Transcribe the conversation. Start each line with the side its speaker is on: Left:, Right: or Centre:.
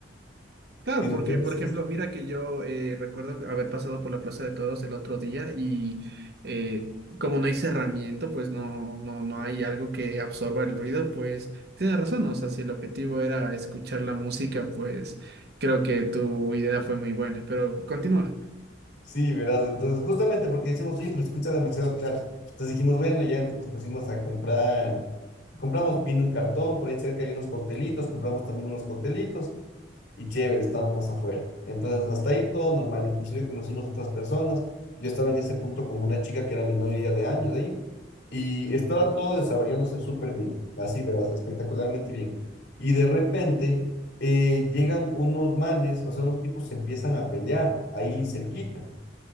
Right: Claro,
Left: Entonces...
Right: porque, por ejemplo, mira que yo eh, recuerdo haber pasado por la Plaza de Toros el otro día y eh, como no hay cerramiento, pues no, no, no hay algo que absorba el ruido, pues tienes razón. O sea, si el objetivo era escuchar la música, pues creo que tu idea fue muy buena. Pero continúa.
Left: Sí, verás, entonces justamente porque decíamos, oye, pero escucha demasiado claro. Entonces dijimos, bueno, ya nos pusimos a comprar, compramos vino en cartón, por ahí cerca hay unos coctelitos, compramos también unos coctelitos y chévere, estábamos afuera. Entonces hasta ahí todo normal, inclusive conocimos otras personas. Yo estaba en ese punto con una chica que era mi novia ya de años de ahí y estaba todo desarrollándose súper bien, así, verás, espectacularmente bien. Y de repente eh, llegan unos manes, o sea, unos tipos se empiezan a pelear ahí cerquita.